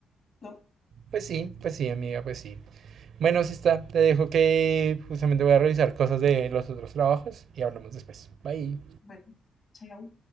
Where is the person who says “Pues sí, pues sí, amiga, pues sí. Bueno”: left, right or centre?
Right